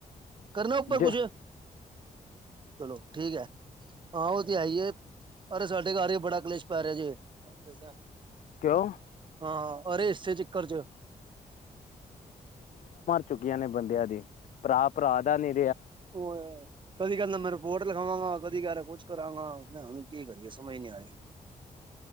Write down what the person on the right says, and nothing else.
ਕਰਨਾ ਉੱਪਰ
ਕੁਛ? ਚਲੋ, ਠੀਕ ਐ। ਹਾਂ, ਉਹ ਤੇ ਹੈ, ਈ ਏ। ਅਰੇ, ਸਾਡੇ ਘਰ ਵੀ, ਬੜਾ ਕਲੇਸ਼ ਪੈ ਰਿਹਾ ਜੀ। ਏ,
ਹਾਂ। ਅਰੇ, ਹਿੱਸੇ ਦੇ, ਚਿੱੱਕਰ ਚ।
ਉਹ, ਕਦੀ ਕਰਦਾ, ਮੈ ਰਿਪੋਰਟ ਲਿਖਾਵਾਗਾ, ਕਦੀ ਕਹਿ ਰਿਹਾ। ਕੁਛ ਕਰਾਂਗਾ। ਭਰਾਵਾ ਹੁਣ ਕੀ ਕਰੀਏ ਸਮਝ ਨੀ ਆ ਰਹੀ।